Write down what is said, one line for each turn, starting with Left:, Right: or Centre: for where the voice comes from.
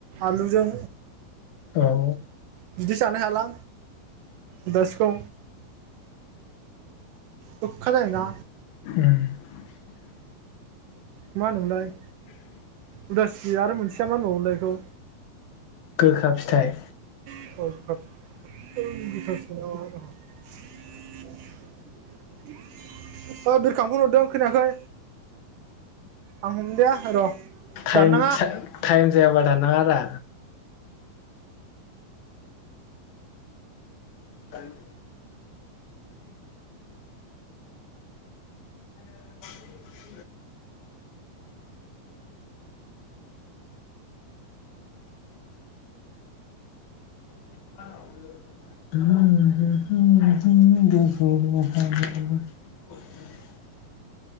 Right: आलुजों
Left: औ
Right: बिदि जानो हायालां उदासिखौ गोखखा जायोना
Left: <unintelligible>
Right: मा होनो मोनलाय
Left: <inaudible>
Right: उदासि आरो मोनसेया मा होनबावो मोनलाय बेखौ
Left: गोखा फिथाइ
Right: <unintelligible> <unintelligible> बिरखां फन हरदों खोनायाखै आं हमदिया र'
Left: टाइम
Right: दाननाङा
Left: सा टाइम जायाबा दान नाङा रा टाइम <inaudible> <unintelligible>